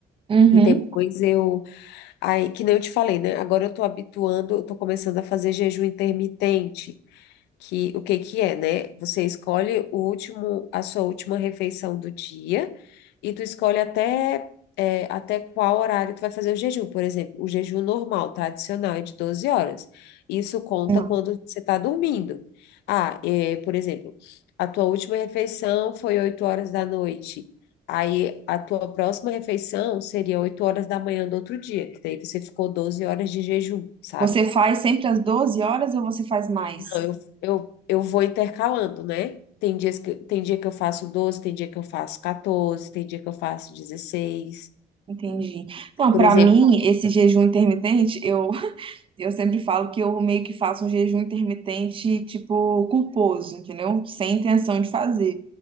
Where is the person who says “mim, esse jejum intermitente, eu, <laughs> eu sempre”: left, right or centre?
Right